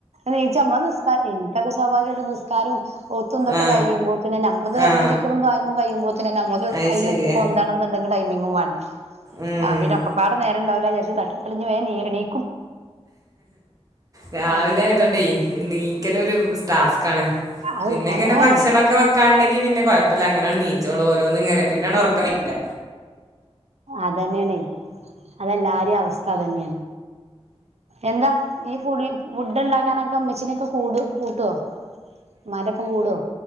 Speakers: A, on the right; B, on the right.
A: നിച്ച് നമ്മളെനിസ്കാരയ്ന് എനിക്കൊ സ്വാഭാവികായിട്ട് നിസ്കാരോം ഒത്തും ഇത് ഒക്കെകഴിയുമ്പോത്തിനും
B: ആ ആ
A: നമ്മളത്
B: ആ
A: നമ്മളദിക് ദിക്റ് കാര്യങ്ങൾകയുമ്പോത്തിനും നമുക്ക്
B: അത്
A: അയ്ന്ന്
B: ശരിയാ
A: പൊന്തണം ന്ന്ണ്ടെങ്കിൽ ടൈമിങ്ങും വാണം
B: ഉം
A: ആ പിന്നെഒക്കപ്പാടെ നേരംണ്ടാവില്ലാ വിജാരിച് തട്ടിപ്പൊളിഞ് വേഗം നീ എണി
B: രാവിലെ
A: അങ്ങനെ
B: ആയതോണ്ടേ
A: അതെ
B: നീക്കലൊരു സ്ട്ടാസ് ക് ക്കണ്
A: അത്
B: പിന്നിങ്ങനെ
A: പറയാണ്ടോ
B: ഭക്ഷണൊക്കെ വെക്കാണ്ടെങ്കി പിന്നെ കുയപ്പല്ല അങ്ങനങ്ങട് നീക്കു ചോള്ളു പിന്നെഓരോന്ന്ങ്ങനെ പിന്നങ്ങട് ഒറക്കം വര്ല്ല
A: അതന്നെണേ അതെല്ലാരെ അവസ്ഥ അതെന്നെണ് എന്താ ഈ ഫുളി ഫുഡ് ഉണ്ടാക്കാനൊക്കെ ഇമ്മച്ചിനൊക്കെ കൂടൊ കൂട്ടോ ഉമ്മാന്റപ്പം കൂടൊ